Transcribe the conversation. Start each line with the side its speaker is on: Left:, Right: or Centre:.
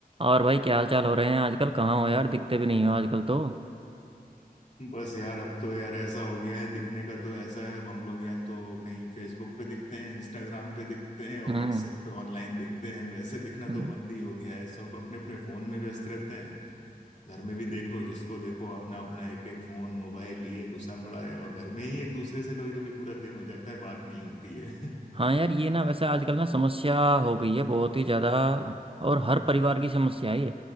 Right: और भाई क्या हाल चाल हो रहे हैं आजकल कहाँ हो यार दिखते भी नहीं हो आजकल तो
Left: बस यार अब तो यार ऐसा हो गया है दिखने का तो ऐसा है अब हम लोग या तो कहीं फेसबुक पे दिखते हैं इंस्टाग्राम पे दिखते हैं या व्हाट्सएप
Right: हम्म
Left: पे ऑनलाइन दिखते हैं वैसे दिखना
Right: हम्म,
Left: तो बंद ही हो गया है सब अपने अपने फोन में व्यस्त रहते हैं घर में भी देख लो जिसको देखो अपना अपना एक एक फोन मोबाइल लिए घुसा पड़ा है और घर में ही एक दूसरे से कभी कभी पूरा दिन हो जाता है बात नहीं होती है <laughs>
Right: हाँ यार ये ना वैसे आजकल ना समस्या हो गई है बहुत ही ज़्यादा और हर परिवार की समस्या है ये